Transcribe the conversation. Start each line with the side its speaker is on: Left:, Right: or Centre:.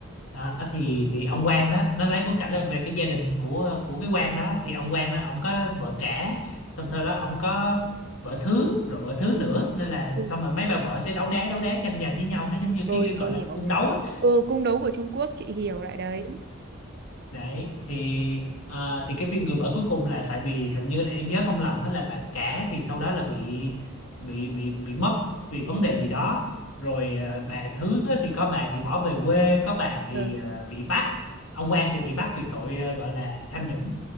Left: đó, thì thì ông quan đó nó lấy bối cảnh là về cái gia đình của của cái quan đó thì ông quan đó ông có vợ cả xong sau đó ông có vợ thứ rồi vợ thứ nữa nên là
Right: Ừ.
Left: xong rồi mấy bà vợ sẽ đấu đá đấu đá tranh giành với nhau nó giống như
Right: Rồi
Left: cái, cái gọi
Right: rồi
Left: là
Right: hiểu.
Left: cung đấu á
Right: Ừ cung đấu của Trung Quốc chị hiểu lại đấy.
Left: đấy thì à, thì cái phim người vợ cuối cùng là tại vì hình như là em nhớ không lầm á là bà cả thì sau đó là bị bị bị bị mất vì vấn
Right: Ừ.
Left: đề gì đó rồi à, bà thứ á thì có bà thì bỏ về quê có bà thì
Right: Ừ.
Left: à, bị bắt ông Quang thì bị bắt vì tội à, gọi là tham nhũng